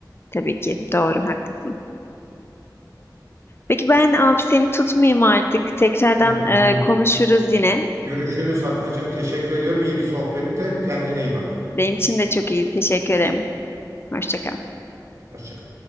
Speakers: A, on the left; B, on the right.
A: Tabii ki doğru haklısın. Peki ben abi seni tutmayayım artık. Tekrardan
B: Ha, tamamdır.
A: e, konuşuruz yine.
B: Görüşürüz Fatmacığım. Teşekkür ediyorum. İyi bir sohbetti. Kendine iyi bak.
A: Benim için de çok iyi. Teşekkür ederim. Hoşça kal.
B: Hoşça kal.